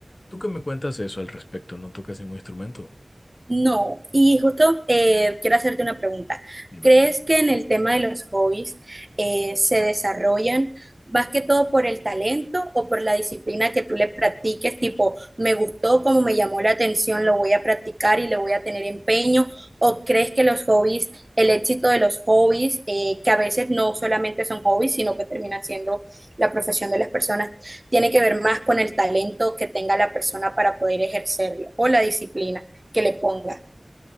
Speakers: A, on the left; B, on the right.
A: ¿Tú qué me cuentas eso al respecto? ¿No tocas ningún instrumento?
B: No, y justo eh, quiero hacerte una pregunta.
A: Dime.
B: ¿Crees que en el tema de los hobbies eh, se desarrollan más que todo por el talento o por la disciplina que tú le practiques? Tipo, me gustó, como me llamó la atención, lo voy a practicar y le voy a tener empeño. ¿O crees que los hobbies, el éxito de los hobbies, eh, que a veces no solamente son hobbies, sino que termina siendo la profesión de las personas, tiene que ver más con el talento que tenga la persona para poder ejercerlo o la disciplina? que le ponga.